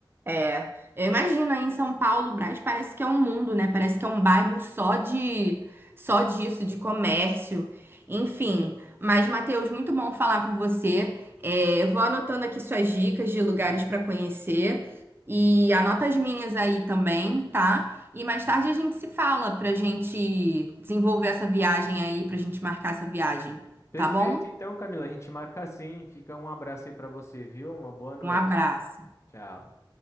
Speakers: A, on the right (about 25°); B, on the left (about 30°).
A: É, eu imagino aí em São Paulo, o Brás parece que é um mundo, né? Parece que é um bairro só de só disso, de comércio. Enfim, mas Matheus, muito bom falar com você. É, eu vou anotando aqui suas dicas de lugares para conhecer e anota as minhas aí também, tá? E mais tarde a gente se fala pra gente desenvolver essa viagem aí, pra gente marcar essa viagem,
B: Perfeito,
A: tá bom?
B: então, Camila, a gente marca assim. Fica um abraço aí pra você, viu? Uma boa noite.
A: Um abraço.
B: Tchau.